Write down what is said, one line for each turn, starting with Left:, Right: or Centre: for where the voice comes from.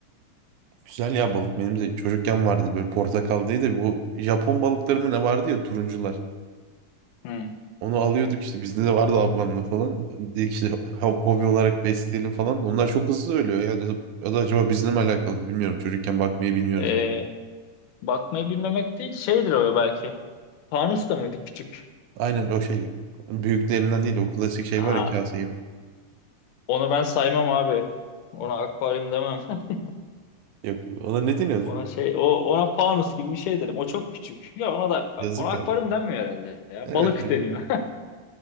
Right: Güzel ya balık benim de çocukken vardı böyle portakaldaydı. da Bu Japon balıkları mı ne vardı ya turuncular.
Left: Hı.
Right: Onu alıyorduk işte bizde de vardı ablamla falan. Dedik işte ho- hobi olarak besleyelim falan. Onlar çok hızlı ölüyor ya. Ya da ya da acaba bizle mi alakalı bilmiyorum. Çocukken bakmayı bilmiyoruz
Left: Ee,
Right: diye.
Left: bakmayı bilmemek değil şeydir o belki. Fanus da mıydı küçük?
Right: Aynen o şey büyüklerinden değil o klasik şey
Left: Ha,
Right: var ya kase gibi.
Left: Onu ben saymam abi. Ona akvaryum demem. <laughs>
Right: Yok ona ne deniyordu?
Left: Ona şey o ona fanus gibi bir şey derim. O çok küçük. Ya ona da
Right: Yazık
Left: ona akvaryum
Right: ya.
Left: denmiyor herhalde ya.
Right: Herhalde.
Left: Balık deniyor.